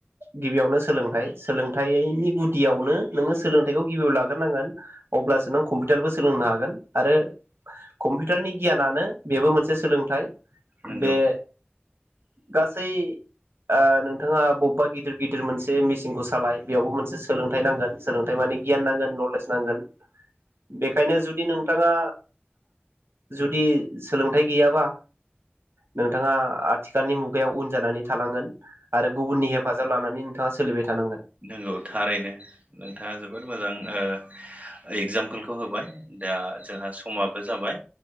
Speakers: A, on the right; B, on the right.
A: गिबियावनो सोलोंथाइ सोलोंथाइनि गुदियावनो नोङो सोलोंथाइखौ गिबियाव लाग्रोनांगोन अब्लासो नों कम्पिउटारबो सोलोंनो हागोन आरो कम्पिउटारनि गियानानो बेबो मोनसे सोलोंथाइ
B: नंगौ
A: बे गासै ओ नोंथाङा बबेबा गिदिर गिदिर मोनसे मेचिनखौ सालाय बेयावबो मोनसे सोलोंथाइ नांगोन सोलोंथाइ माने गियान नांगोन नलेज नांगोन बेखायनो जुदि नोंथाङा जुदि सोलोंथाइ गैयाबा नोंथाङा आथिखालनि मुगायाव उन जानानै थानांगोन आरो गुबुननि हेफाजाब लानानै नोंथाङा सोलिबाय थानांगोन
B: नंगौ थारैनो नोंथाङा जोबोद मोजां ओ एगजामपोलखौ होबाय दा जोंहा समाबो जाबाय